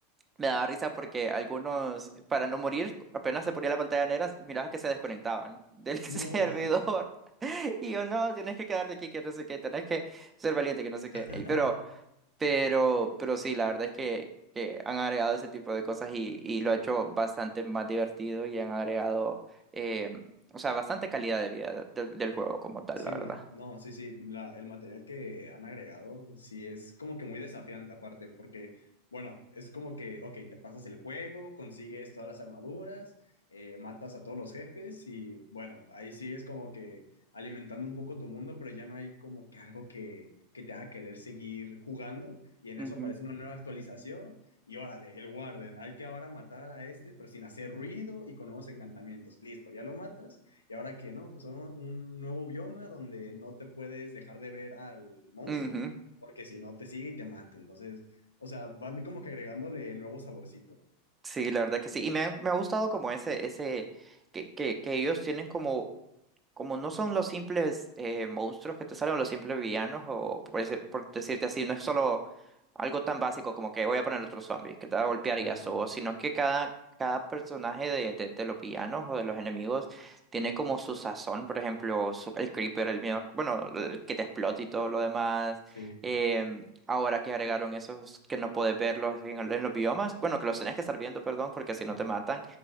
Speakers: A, on the right; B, on the left.
A: Me daba risa porque algunos, para no morir, apenas se ponía la pantalla negra, mirabas que se desconectaban del <laughs> servidor.
B: No.
A: Y yo, no, tienes que quedarte aquí, que no sé qué, tenés que ser valiente, que no sé qué.
B: <laughs>
A: Ey, Pero, pero, pero sí, la verdad es que, que han agregado ese tipo de cosas y, y
B: Sí.
A: lo ha hecho bastante más divertido y han agregado, eh, o sea, bastante calidad de vida del del juego como tal,
B: Sí,
A: la verdad.
B: no, sí, sí, la- el material que han agregado, sí, es como que muy desafiante aparte, porque, bueno, es como que, ok, te pasas el juego, consigues todas las armaduras, eh, matas a todos los jefes y, bueno, ahí sigues como que alimentando un poco tu mundo, pero ya no hay como que algo que, que te haga querer seguir jugando y en
A: Ujú,
B: eso aparece una nueva actualización y órale, el Warden, hay que ahora matar a este, pero sin hacer ruido y con nuevos encantamientos, listo, ya lo matas y ahora que no, pues ahora un nuevo bioma donde no te puedes dejar de ver al monstruo,
A: ujú.
B: porque si no te sigue y te mata. Entonces, o sea, van como que agregándole nuevo saborcito.
A: Sí, la verdad que sí. Y me, han- me ha gustado como ese, ese, que, que, que ellos tienen como, como no son los simples eh, monstruos que te salen, los simples villanos, o por, decir- por decirte así, no es solo algo tan básico como que voy a poner otro zombie que te va a golpear
B: Ajá,
A: y eso, sino que cada, cada personaje de, de, de los villanos o de los enemigos tiene como su sazón, por ejemplo, su- el creeper, el miedo, bueno, el que te explota y todo lo demás.
B: Sí,
A: em, Ahora que agregaron esos que no puedes verlos en, el- en los biomas, bueno, que los tenés que estar viendo, perdón, porque si no
B: ajá,
A: te matan.